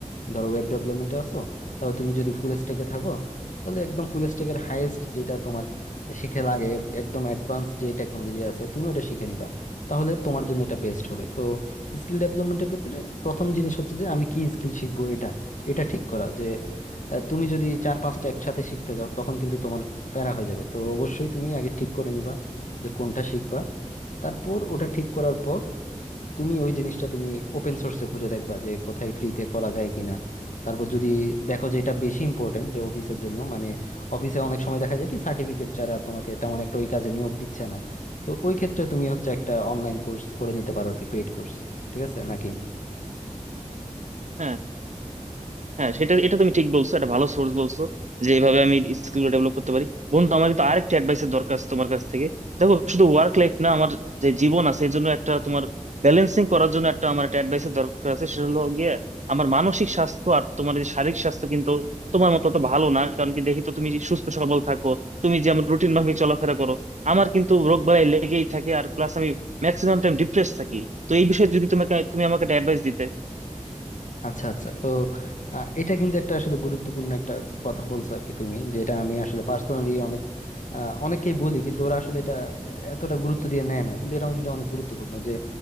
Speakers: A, on the left; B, on the right.
A: ধরো ওয়েব ডেভেলপমেন্টে আসো তাহলে তুমি যদি ফুল স্ট্যাকে থাকো তাহলে একদম ফুল স্ট্যাকের হাইয়েস্ট যেটা তোমার শিখে লাগে এক- একদম অ্যাডভান্স যে টেকনোলজি আছে তুমি ওটা শিখে নিবা তাহলে তোমার জন্য এটা বেস্ট হবে তো স্কিল ডেভেলপমেন্টের ক্ষেত্রে প্রথম জিনিস হচ্ছে যে আমি কি স্কিল শিখবো এটা এটা ঠিক করা যে আহ, তুমি যদি চার পাঁচটা একসাথে শিখতে যাও তখন কিন্তু তোমার প্যারা হয়ে যাবে তো অবশ্যই তুমি আগে ঠিক করে নিবা যে কোনটা শিখবা তারপর ওটা ঠিক করার পর তুমি ওই জিনিসটা তুমি ওপেন সোর্সে খুঁজে দেখবা যে কোথায় ফ্রিতে করা যায় কিনা তারপর যদি দেখো যে এটা বেশি ইম্পর্টেন্ট যে অফিসের জন্য মানে অফিসে অনেক সময় দেখা যায় কি সার্টিফিকেট ছাড়া তোমাকে তেমন একটা ওই কাজে নিয়োগ দিচ্ছে না তো ওই ক্ষেত্রে তুমি হচ্ছে একটা অনলাইন কোর্স করে নিতে পারো আর কি পেইড কোর্স ঠিক আছে নাকি
B: হ্যাঁ হ্যাঁ সেটা এটা তুমি ঠিক বলছো এটা ভালো সোর্স বলছো যে এইভাবে আমি স্কিল ডেভেলপ করতে পারি বন্ধু আমার কিন্তু আরেকটা অ্যাডভাইসের দরকার আছে তোমার কাছ থেকে দেখো শুধু ওয়ার্ক লাইফ না আমার যে জীবন আছে এর জন্য একটা তোমার ব্যালেন্সিং করার জন্য একটা আমার একটা অ্যাডভাইসের দরকার আছে সেটা হলো গিয়ে আমার মানসিক স্বাস্থ্য আর তোমার এই যে শারীরিক স্বাস্থ্য কিন্তু তোমার মতো তো ভালো না কারণ কি দেখি তো তুমি সুস্থ সবল থাকো তুমি যেমন রুটিন মাফিক চলাফেরা করো আমার কিন্তু রোগ বালাই লেগেই থাকে আর প্লাস আমি ম্যাক্সিমাম টাইম ডিপ্রেস থাকি তো এই বিষয়ে যদি তোমাকে তুমি আমাকে একটা অ্যাডভাইস দিতে
A: আচ্ছা আচ্ছা তো আহ, এটা কিন্তু একটা আসলে গুরুত্বপূর্ণ একটা কথা বলছো আর কি তুমি যেটা আমি আসলে পার্সোনালি অনেক আহ, অনেককেই বলি কিন্তু ওরা আসলে এটা আহ, এতটা গুরুত্ব দিয়ে নেয় না কিন্তু এটাও কিন্তু অনেক গুরুত্বপূর্ণ যে